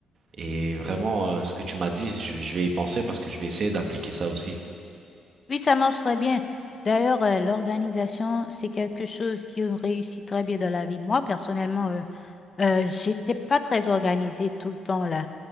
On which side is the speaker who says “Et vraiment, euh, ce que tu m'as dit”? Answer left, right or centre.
Right